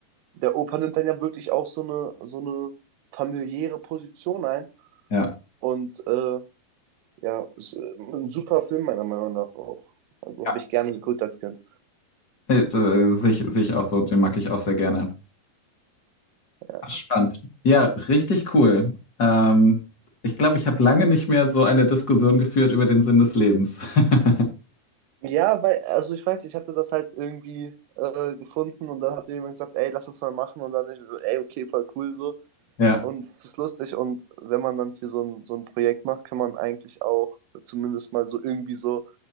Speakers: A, on the right; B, on the left.
A: der Opa nimmt dann ja wirklich auch so eine, so eine familiäre Position ein
B: ja,
A: und äh, ja, ist äh, ein super Film meiner Meinung nach auch. Also
B: ja.
A: habe ich gerne geguckt als Kind.
B: Nee, da äh, Sehe ich, sehe ich auch so, den mag ich auch sehr gerne.
A: Ja.
B: Ach, Spannend. Ja, richtig cool. Ähm, ich glaube, ich habe lange nicht mehr so eine Diskussion geführt über den Sinn des Lebens. <laughs>
A: ja, weil, also ich weiß, ich hatte das halt irgendwie äh, gefunden und dann hat jemand gesagt, ey, lass das mal machen und dann ich so, ey, okay, voll cool so.
B: Ja,
A: Und es ist lustig und wenn man dann hier so ein, so ein Projekt macht, kann man eigentlich auch zumindest mal so irgendwie so